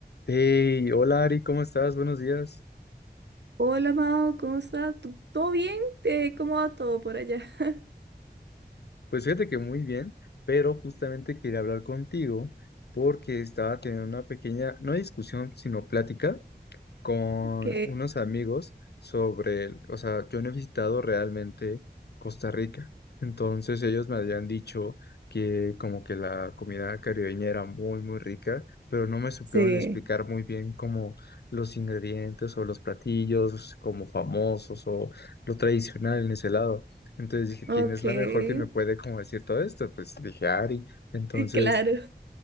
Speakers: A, on the left; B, on the right.
A: Hey, hola Ari, ¿cómo estás? Buenos días.
B: Hola Mao, ¿cómo estás? ¿Tú- ¿Todo bien? Eh, ¿Cómo va todo por allá? <laughs>
A: Pues fíjate que muy bien, pero justamente quería hablar contigo porque estaba teniendo una pequeña, no discusión, sino plática con
B: Ok,
A: unos amigos sobre, el- o sea, yo no he visitado realmente Costa Rica, entonces ellos me habían dicho que como que la comida caribeña era muy, muy rica, pero no me supieron
B: sí,
A: explicar muy bien como los ingredientes o los platillos como famosos o lo tradicional en ese lado. Entonces dije,
B: ok,
A: ¿quién es
B: <laughs>
A: la mejor que me puede como decir todo esto? Pues dije, Ari. Entonces...
B: claro.